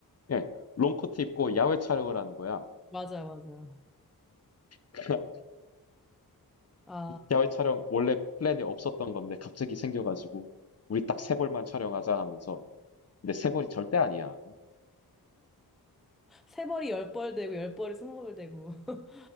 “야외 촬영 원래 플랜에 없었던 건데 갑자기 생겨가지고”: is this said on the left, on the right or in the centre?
Left